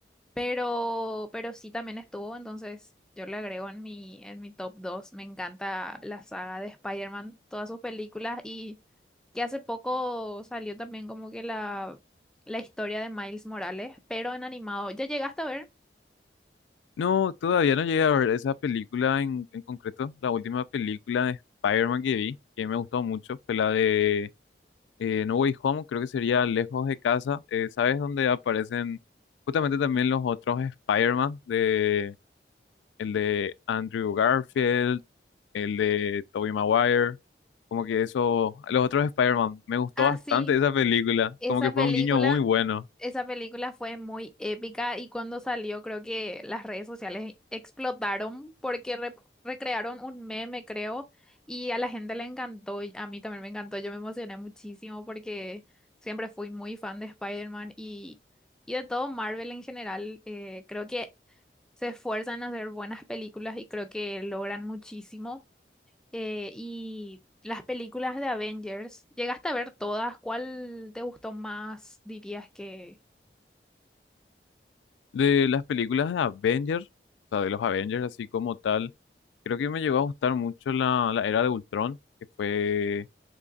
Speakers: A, in the centre; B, on the left.
A: Pero, pero sí también estuvo, entonces yo le agrego en mi, en mi top dos Me encanta la saga de Spider-Man, todas sus películas y que hace poco salió también como que la, la historia de Miles Morales, pero en animado. ¿Ya llegaste a ver?
B: No, todavía no llegué a ver esa película en, en concreto. La última película de Spider-Man que vi, que me gustó mucho, fue la de eh, No Way Home, creo que sería Lejos de Casa. Eh, ¿sabes dónde aparecen justamente también los otros Spider-Man? De, el de Andrew Garfield. el de Tobey Maguire, como que eso, los otros Spider-Man, me gustó
A: Ah,
B: bastante
A: sí,
B: esa película,
A: esa
B: como que fue
A: película,
B: un guiño muy bueno.
A: esa película fue muy épica y cuando salió creo que las redes sociales explotaron porque re- recrearon un meme, creo, y a la gente le encantó y a mí también me encantó, yo me emocioné muchísimo porque siempre fui muy fan de Spider-Man y, y de todo Marvel en general, eh, creo que se esfuerzan a hacer buenas películas y creo que logran muchísimo eh, y las películas de Avengers. ¿Llegaste a ver todas? ¿Cuál te gustó más, dirías que...
B: De las películas de Avengers, o sea, de los Avengers así como tal, creo que me llegó a gustar mucho la, la Era de Ultron, que fue,